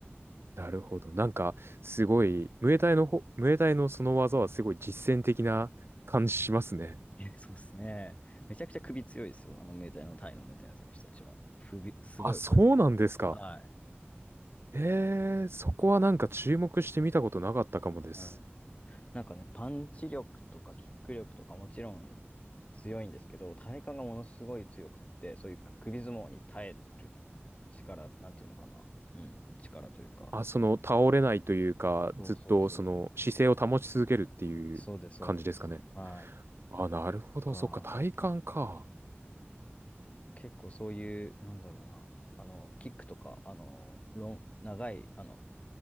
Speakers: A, on the right; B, on the left.
A: なるほど。なんか、すごい、ムエタイのほ、ムエタイのその技はすごい実践的な感じしますね。
B: え、そうですね。めちゃくちゃ首強いですよ。あのメタイの、タイのムエタイの選手たちは。首、すごい首太くて。
A: あ、そうなんですか。
B: はい。
A: ええそこはなんか注目してみたことなかったかもです。
B: うん。なんかね、パンチ力とかキック力とかもちろん強いんですけど、体幹がものすごい強くって、そういう首相撲に耐える力、なんていうのかな。うん。力というか。
A: あ、その倒れないというか、
B: そうそうそう。
A: ずっとその姿勢を保ち続けるっていう感じですかね。
B: そうです、そうです。はい。
A: あ、なるほど。
B: とか、
A: そっか、体感か。
B: 結構そういう、なんだろうな。あの、キックとか、あの、ロン、長い、あの、